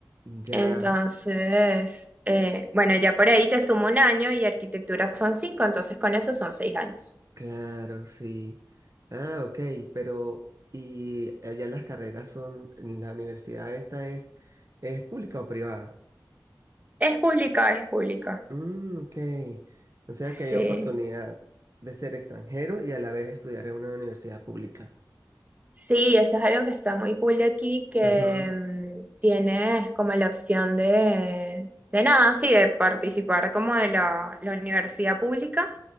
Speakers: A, on the right; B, on the right.
A: Ya,
B: Entonces, eh, bueno, ya por ahí te sumo un año y arquitectura son cinco, entonces con eso son seis años.
A: claro, sí. Ah, ok, pero ¿y allá las carreras son, en la universidad esta es, es pública o privada?
B: Es pública, es pública.
A: Mm, ok. O sea
B: Sí.
A: que hay oportunidad de ser extranjero y a la vez estudiar en una universidad pública.
B: Sí, eso es algo que está muy cool de aquí, que
A: Ujú,
B: mm, tienes como la opción de, de nada, sí, de participar como de la, la universidad pública